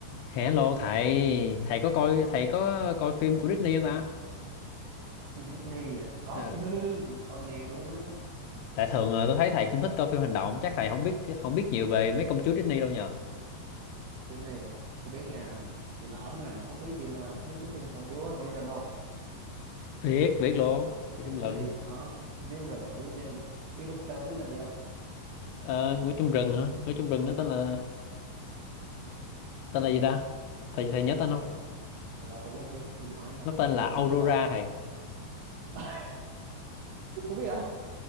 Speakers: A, on the left; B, on the right.
A: Hello thầy, thầy có coi thầy có coi phim của Disney không ta?
B: phim Disney à có
A: Ờ,
B: chứ có nhiều luôn á
A: Tại thường ờ, tôi thấy thầy cũng thích coi phim hành động, chắc thầy không biết không biết nhiều về mấy công chúa Disney đâu nhờ.
B: phim này à tôi biết nha thì nó hỏi phút nào Phúc biết phim à, biết phim phim công chúa Ngồi trong rừng không
A: Biết, biết luôn. Ngủ trong
B: của
A: rừng,
B: Disney ờ công chúa rừng là của Disney biết công tên công chúa tên gì không
A: Ờ, ngủ trong rừng hả? Ngủ trong rừng nó tên là tên là gì ta? Thầy thầy nhớ
B: ừ,
A: tên không?
B: thật, thật ra tôi cũng không biết tôi chỉ hỏi vậy
A: Nó
B: thôi
A: tên là
B: tôi
A: Aurora
B: chỉ biết coi
A: thầy.
B: <laughs> không biết hả